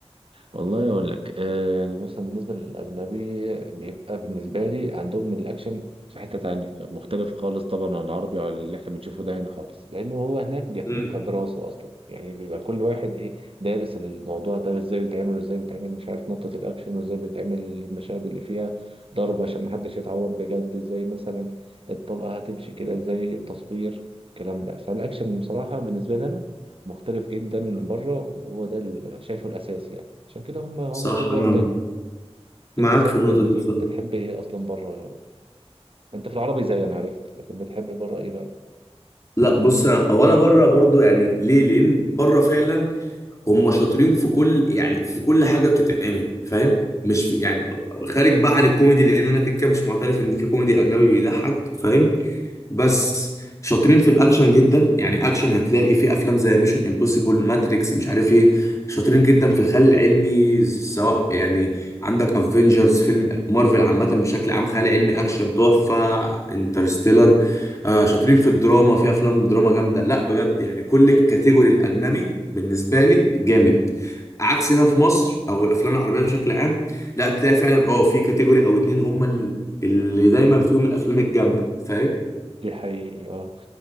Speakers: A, on the right; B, on the left.
A: والله اقول لك آه يعني مثلا بالنسبه للاجنبي بيبقى بالنسبه لي عندهم الاكشن في حته تانية مختلف خالص طبعا عن العربي وعن اللي احنا بنشوفه ده هنا خالص لانه هو هناك بياخدوه
B: امم
A: كدراسه اصلا يعني بيبقى كل واحد ايه دارس الموضوع ده ازاي بيتعمل وازاي بيتعمل مش عارف نقطه الاكشن وازاي بيتعمل المشاهد اللي فيها ضرب عشان محدش يتعور بجد ازاي مثلا الطلقه هتمشي كده ازاي التصوير الكلام ده فالاكشن بصراحه بالنسبه لي انا مختلف جدا بره وهو ده اللي شايفه الاساسي يعني. عشان كده هم هم
B: صح
A: توب 1
B: انا
A: دايما
B: معاك
A: انت صحيح
B: في النقطه
A: ب- بتحب
B: دي بصراحه
A: بتحب ايه اصلا بره انت في العربي زي انا عرفت لكن بتحب بره ايه بقى
B: لا بص أنا- هو انا بره برضو يعني ليه لان بره فعلا هم شاطرين في كل يعني في كل حاجه بتتعمل فاهم مش في يعني خارج بقى عن الكوميدي لان انا كده كده مش معترف ان في كوميدي اجنبي بيضحك فاهم بس شاطرين في الاكشن جدا يعني اكشن هتلاقي في افلام زي ميشن امبوسيبل ماتريكس مش عارف ايه شاطرين جدا في الخيال العلمي سواء يعني عندك افنجرز فيلم مارفل عامه بشكل عام خيال علمي اكشن تحفه انترستيلر آه شاطرين في الدراما في افلام دراما جامده لا بجد يعني كل الكاتيجوري الاجنبي بالنسبه لي جامد عكس هنا في مصر او الافلام العربيه بشكل عام لا تلاقي فعلا اه في كاتيجوري او اتنين هم ال- اللي دايما فيهم الافلام الجامده فاهم
A: دي حقيقي اه